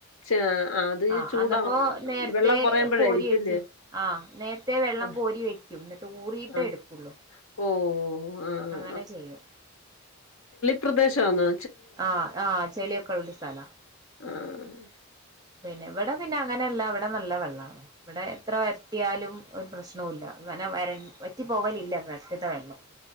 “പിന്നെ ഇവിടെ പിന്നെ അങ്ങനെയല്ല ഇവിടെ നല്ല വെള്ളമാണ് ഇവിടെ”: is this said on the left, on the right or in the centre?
Right